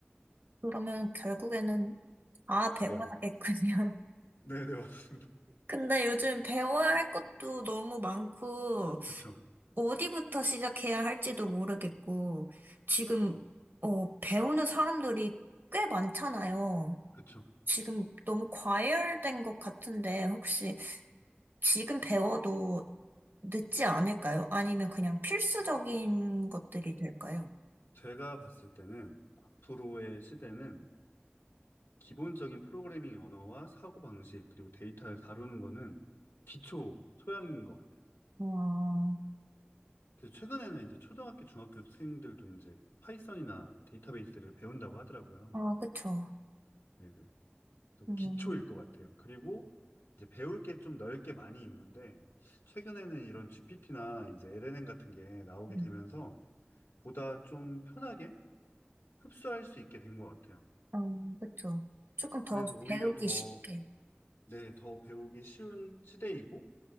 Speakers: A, on the right (about 55°); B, on the left (about 80°).
A: 그러면 결국에는 아,
B: 다
A: 배워야겠군요.
B: 배워요.
A: <laughs>
B: 네, 네, 맞습니다.
A: 근데 요즘 배워야 할 것도 너무 많고,
B: 그쵸.
A: 어디부터 시작해야 할지도 모르겠고, 지금,
B: 어,
A: 어, 배우는 사람들이 꽤 많잖아요.
B: 그쵸.
A: 지금 너무 과열된 것 같은데, 혹시 지금 배워도 늦지 않을까요? 아니면 그냥 필수적인 것들이 될까요?
B: 제가 봤을 때는 앞으로의 시대는 기본적인 프로그래밍 언어와 사고방식, 그리고 데이터를 다루는 거는 기초 소양인 것 같아요.
A: 어,
B: 그래서 최근에는 이제 초등학교, 중학교 학생들도 이제 파이썬이나 데이터베이스를 배운다고 하더라고요.
A: 아, 그쵸.
B: 네네. 또
A: 음,
B: 기초일 것 같아요. 그리고 이제 배울 게 좀 넓게 많이 있는데, 최근에는 이런 GPT나 이제 LLM 같은 게 나오게 되면서
A: 음,
B: 보다 좀 편하게 흡수할 수 있게 된 것 같아요.
A: 음, 그쵸. 조금
B: 그래서
A: 더
B: 오히려
A: 배우기
B: 더,
A: 쉽게.
B: 네, 더 배우기 쉬운 시대이고,